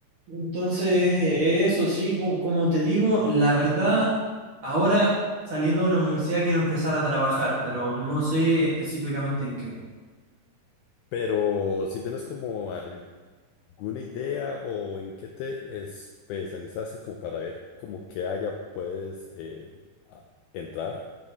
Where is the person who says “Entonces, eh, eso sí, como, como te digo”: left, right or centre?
Right